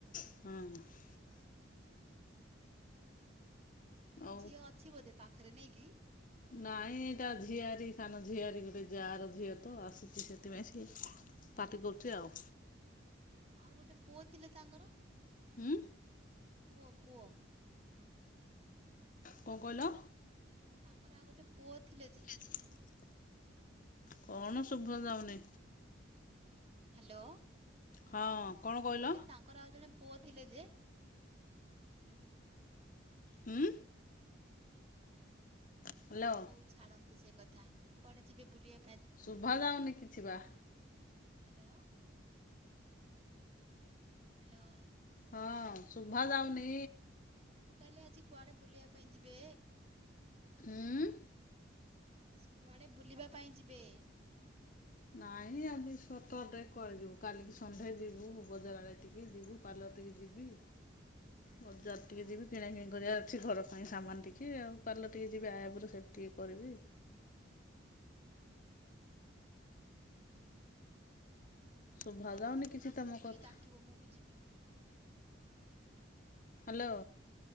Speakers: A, on the left; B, on the right.
A: ହୁଁ।
B: ସେ
A: ଆଉ
B: ଝିଅ ଅଛି ବୋଧେ ପାଖରେ ନାଇକି।
A: ନାଇଁ ଏଇଟା ଝିଆରୀ ସାନ ଝିଆରୀ ଗୋଟେ ଯା ର ଝିଅ ତ ଆସିଛି ସେଥିପାଇଁ ସିଏ ପାଟି କରୁଚି ଆଉ।
B: ହଁ ଆଉ ଗୋଟେ ପୁଅ ଥିଲେ ତାଙ୍କର?
A: ହୁଁ?
B: ପୁଅ ପୁଅ?
A: କଣ କହିଲ?
B: ତାଙ୍କର ଆଉ ଗୋଟେ ପୁଅ ଥିଲେ ଯେ?
A: <unintelligible> କଣ ଶୁବା ଯାଉନି?
B: ହ୍ୟାଲୋ
A: ହଁ କଣ
B: ମୁଁ
A: କହିଲ
B: କହିଲି ତାଙ୍କର ଆଉ ଜଣେ ପୁଅ ଥିଲେ ଯେ?
A: ହୁଁ। ହ୍ୟାଲୋ।
B: ଛାଡନ୍ତୁ ସେ କଥା କୁଆଡେ ଯିବେ ବୁଲିଆ
A: ଶୁଭା ଯାଉନି କିଛି ବା।
B: ହ୍ୟାଲୋ। ହ୍ୟାଲୋ।
A: ହଁ ଶୁଭା ଯାଉନି
B: ମୁଁ କହିଲି ଆଜି କୁଆଡେ ବୁଲିବା ପାଇଁ ଯିବେ?
A: ଉଁ
B: ଆଜି କୁଆଡ଼େ ବୁଲିବା ପାଇଁ ଯିବେ?
A: ନାଇଁ ଆଜି ସଟରଡେ କୁଆଡେ ଯିବୁ କାଲିକି ସନଡେ ଯିବୁ ବଜାର ଆଡେ ଟିକେ ଯିବୁ। ପାର୍ଲର ଟିକେ ଯିବି।
B: <inaudible>
A: ବଜାର
B: ହଁ
A: ଟିକେ ଯିବି କିଣାକିଣି କରିବା ଅଛି ଘର ପାଇଁ ସାମାନ ଟିକେ ଆଉ ପାର୍ଲର ଟିକେ ଯିବି ଆଇବ୍ରୋ ଟିକେ ସେପ୍ କରିବି।
B: ହୁଁ।
A: ଶୁଭା
B: ହଉ ଆସିବ
A: ଯାଉନି କିଛି
B: ମତେ
A: ତମ
B: ବି
A: କଥା
B: ଟିକେ ଡାକିବ ମୁଁ ବି ଯିବି।
A: ହ୍ୟାଲୋ।